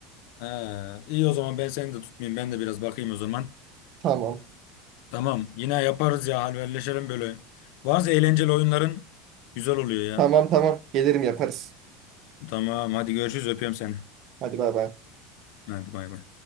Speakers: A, on the left; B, on the right.
A: He, iyi o zaman ben seni de tutmayayım. Ben de biraz bakayım o zaman.
B: Tamam.
A: Tamam yine yaparız ya halverleşelim böyle. Varsa eğlenceli oyunların güzel oluyor ya.
B: Tamam tamam. Gelirim yaparız.
A: Tamam hadi görüşürüz öpüyorum seni.
B: Hadi bay bay.
A: Hadi bay bay.